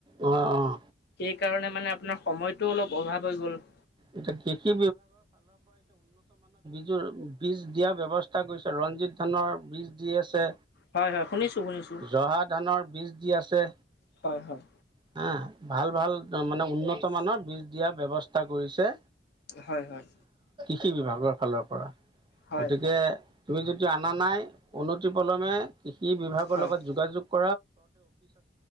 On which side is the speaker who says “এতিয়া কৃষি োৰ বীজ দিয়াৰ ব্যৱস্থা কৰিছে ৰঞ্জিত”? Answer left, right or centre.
Right